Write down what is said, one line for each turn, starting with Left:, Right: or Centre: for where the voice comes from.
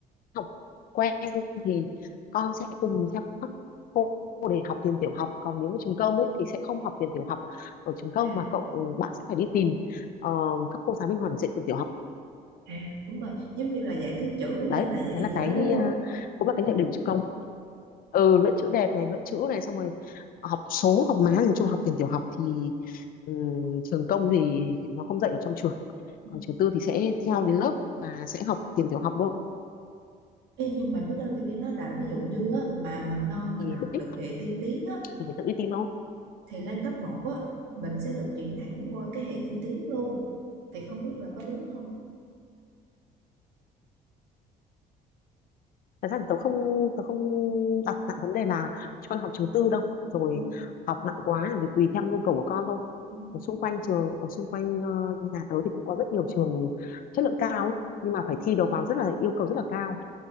Left: học quen thì con sẽ cùng theo các cô để học tiền tiểu học còn nếu mà trường công ấy thì sẽ không học tiền tiểu học ở trường công
Right: à,
Left: mà cậu ừ, bạn sẽ phải đi tìm ờ, các cô giáo bên ngoài để dạy tiền tiểu học
Right: à đúng rồi giống như là dạy viết chữ
Left: đấy
Right: hay là dạy
Left: đấy là
Right: gì
Left: cái
Right: đó đúng không
Left: ờ, cũng là cái nhược điểm của trường công ừ, luận chữ đẹp này luận chữ này xong rồi học số học má nói chung học tiền tiểu học thì ừ, trường công thì nó không dạy ở trong trường
Right: ừ.
Left: còn trường tư thì sẽ theo đến lớp mà sẽ học tiền tiểu học luôn
Right: Ê, nhưng mà bắt đầu tôi nghe nói là ví dụ như á, mà mầm non mình
Left: thì
Right: học
Left: đấy
Right: được hệ tiên tiến á,
Left: thì phải tự đi tìm nó.
Right: thì lên cấp một á, mình sẽ được chuyển thẳng qua cái hệ tiên tiến luôn thì không biết là có đúng không
Left: thật ra thì tớ không tớ không đặt nặng vấn đề là cho con học trường tư đâu rồi
Right: ừ.
Left: học nặng quá là vì tùy theo nhu cầu của con thôi
Right: Ừ.
Left: ở xung quanh trường ở xung quanh ờ, nhà tớ thì cũng có rất nhiều trường chất lượng cao ấy, nhưng mà phải thi đầu vào rất là yêu cầu rất là cao